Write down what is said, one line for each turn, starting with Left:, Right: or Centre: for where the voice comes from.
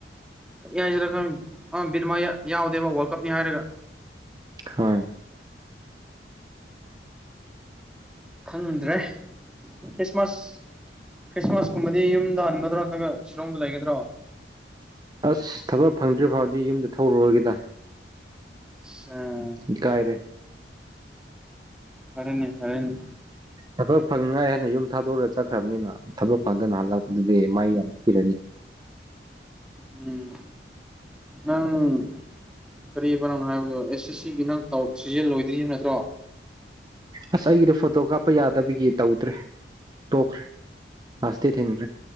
Centre: ꯀꯔꯤ ꯍꯥꯏꯁꯤꯔꯥ ꯈꯪ ꯑꯥ ꯕꯤꯠꯑꯃꯥ ꯌꯥ ꯌꯥꯎꯗꯦꯕ ꯋꯥꯔꯜ ꯀꯞꯅꯤ ꯍꯥꯏꯔꯒ
Right: ꯍꯣꯏ
Centre: ꯈꯪꯗ꯭ꯔꯦ ꯈ꯭ꯔꯤꯁꯃꯁ ꯈ꯭ꯔꯤꯁꯃꯥꯁ ꯀꯨꯝꯕꯗꯤ ꯌꯨꯝꯗ ꯍꯟꯒꯗ꯭ꯔꯣ ꯅꯠꯇ꯭ꯔꯒ ꯁꯤꯂꯣꯡꯗ ꯂꯩꯒꯗ꯭ꯔꯣ?
Right: ꯑꯁ ꯊꯕꯛ ꯐꯪꯗ꯭ꯔꯤ ꯐꯥꯎꯗꯤ ꯌꯨꯝꯗ ꯊꯣꯛꯔꯥꯔꯣꯏꯒꯦꯗ
Centre: <unintelligible>
Right: ꯏꯀꯥꯏꯔꯦ
Centre: ꯐꯔꯦꯅꯦ ꯐꯔꯦꯅꯦ
Right: ꯊꯕꯛ ꯐꯪꯅꯤꯉꯥꯏ ꯍꯥꯏꯅ ꯌꯨꯝ ꯊꯥꯗꯣꯛꯔꯒꯥ ꯆꯠꯈ꯭ꯔꯕꯅꯤꯅ ꯊꯕꯛ ꯐꯪꯗꯅ ꯍꯜꯂꯛꯄꯗꯨꯗꯤ ꯃꯥꯏ ꯌꯥꯝ ꯄꯤꯔꯅꯤ
Centre: ꯎꯝ ꯅꯪ ꯀꯔꯤꯕ ꯅꯪꯅ ꯍꯥꯏꯕꯗꯣ ꯑꯦꯁ ꯁꯤ ꯁꯤ ꯒꯤ ꯅꯪ ꯇꯧ ꯁꯤꯖꯤꯑꯦꯜ ꯂꯣꯏꯗꯔꯤ ꯍꯥꯏꯕ ꯅꯠꯇ꯭ꯔꯣ?
Right: ꯑꯁ ꯑꯩꯒꯤꯗꯣ ꯐꯣꯇꯣ ꯀꯥꯞꯄ ꯌꯥꯗꯕꯤꯒꯤ ꯇꯧꯗ꯭ꯔꯦ ꯇꯣꯛꯈ꯭ꯔꯦ ꯂꯥꯁ ꯗꯦꯠ ꯍꯦꯟꯈ꯭ꯔꯦ